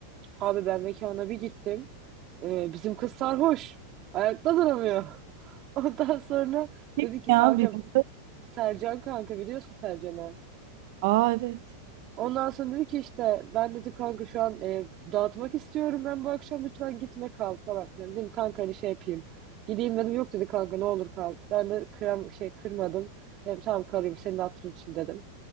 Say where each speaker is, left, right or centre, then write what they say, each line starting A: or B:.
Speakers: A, on the right; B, on the right.
A: Abi ben mekana bir gittim. E, bizim kız sarhoş. Ayakta duramıyor. <laughs> Ondan sonra
B: Kim
A: dedi ki
B: ya
A: kanka
B: bizim kız?
A: Sercan kanka biliyorsun Sercan'ı.
B: Aa evet.
A: Ondan sonra dedi ki işte ben dedi kanka şu an e, dağıtmak istiyorum ben bu akşam lütfen gitme kal falan filan. Dedim kanka hani şey yapayım. Gideyim dedim yok dedi kanka ne olur kal. Ben de kıyam şey kırmadım. Dedim tamam kalayım senin hatırın için dedim.